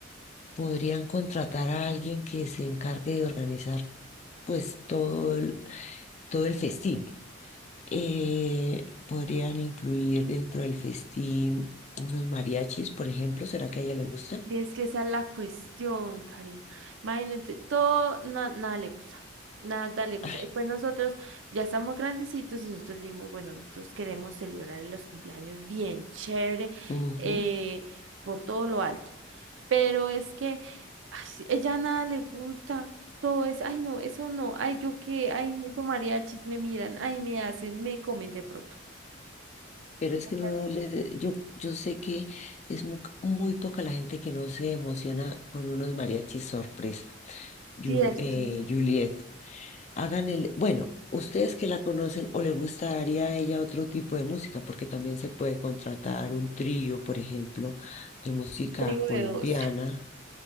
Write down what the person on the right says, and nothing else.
Es que esa es la cuestión, Karina. Imagínate, todo, na- nada le gusta. Nada le gusta.
Y pues nosotros ya estamos grandecitos y nosotros dimos, bueno, nosotros queremos celebrar los cumpleaños bien chévere,
eh, por todo lo alto. Pero es que ay, sí, ella nada le gusta. Todo es, ay, no, eso no, ay, yo qué, ay, eso mariachis me miran, ay, me hacen, me comen de pronto.
<laughs>
Cierto,
un
trigo
de dos. <laughs>